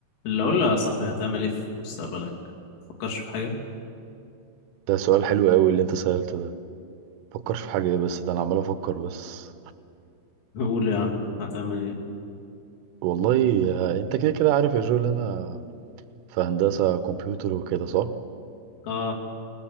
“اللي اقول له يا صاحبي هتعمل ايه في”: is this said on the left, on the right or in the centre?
Left